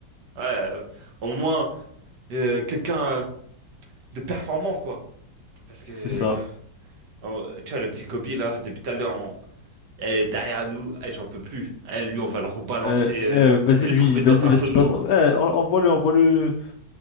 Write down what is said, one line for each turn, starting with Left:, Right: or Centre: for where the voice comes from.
Right: Ouais, euh, au moins euh, quelqu'un de performant, quoi. Parce que...
Left: C'est ça.
Right: pff, on- tu vois, le petit Kobe, là, depuis tout à l'heure, on- elle est derrière nous. Eh, j'en peux plus. Eh, lui, on va le rebalancer.
Left: Euh,
Right: euh,
Left: euh, vas-y,
Right: je vais
Left: lui,
Right: le trouver
Left: vas-y,
Right: dans un
Left: vas-y,
Right: tonneau.
Left: pardon. Eh, en- envoie-le, envoie-le,